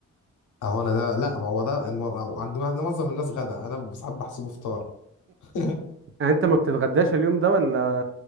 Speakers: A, on the left; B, on the right.
A: اهو انا ده لا ما هو ده الم- عند معظم الناس غدا انا ساعات بحسبه فطار <laughs>
B: يعني انت ما بتتغداش اليوم ده ولا